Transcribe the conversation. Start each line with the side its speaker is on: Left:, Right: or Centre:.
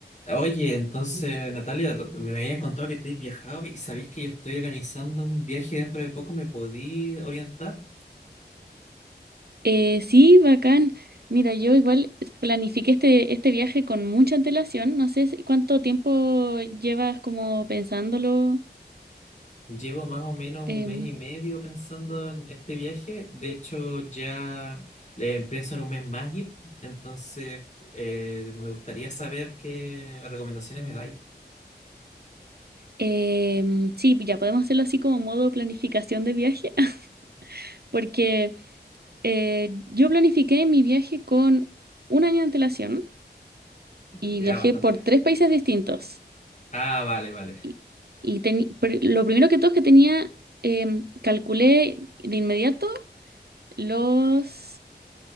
Left: Oye, entonces, Natalia, to- me habían contado que estáis viajado y sabéis que yo estoy organizando un viaje dentro de poco. ¿Me podí orientar?
Right: Eh, sí, bacán. Mira, yo igual planifiqué este, este viaje con mucha antelación. No sé si- cuánto tiempo llevas como pensándolo.
Left: Llevo más o menos un
Right: Em,
Left: mes y medio pensando en este viaje. De hecho, ya le pienso en un mes más ir. Entonces, eh, me gustaría saber qué recomendaciones me dais.
Right: em, sí, ya podemos hacerlo así como modo planificación de viaje, <laughs> porque eh, yo planifiqué mi viaje con un año de antelación y
Left: Ya,
Right: viajé
Left: bastante.
Right: por tres países distintos.
Left: Ah, vale, vale.
Right: Y, y teni- pr- lo primero que todo es que tenía, em, calculé de inmediato los...